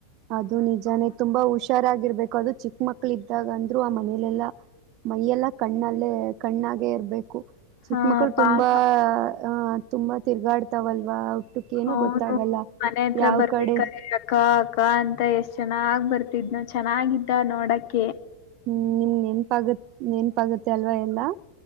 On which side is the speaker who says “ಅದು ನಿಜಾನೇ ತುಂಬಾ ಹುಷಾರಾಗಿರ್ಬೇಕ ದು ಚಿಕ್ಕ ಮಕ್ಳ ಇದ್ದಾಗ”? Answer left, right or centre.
Right